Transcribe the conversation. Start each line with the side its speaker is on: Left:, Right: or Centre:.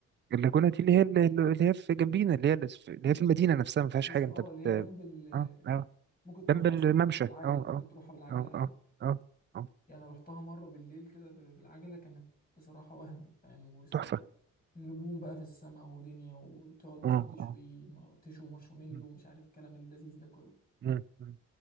Right: اللاجونه دي اللي هي اللي هي في جنبينا اللي هي اللي هي في المدينه نفسها ما فيهاش
Left: بس
Right: حاجه
Left: اه
Right: انت بت
Left: اللي هي جنب ال
Right: اه آه،
Left: ممكن تروح
Right: جنب الممشى
Left: اصلا بالعجلة
Right: اه اه
Left: ممكن تروحها بالعجلة
Right: اه
Left: عادي
Right: اه اه اه
Left: يعني رحتها مرة بالليل كده ب- بالعجلة كانت بصراحة وهم فاهم وس-
Right: تحفة
Left: نجوم بقى في السماء ودنيا وتقعد مثلا
Right: اه
Left: تشوي
Right: اه
Left: م- تشوي مارشميلو
Right: مم،
Left: ومش عارف الكلام اللذيذ ده كله
Right: مم، مم.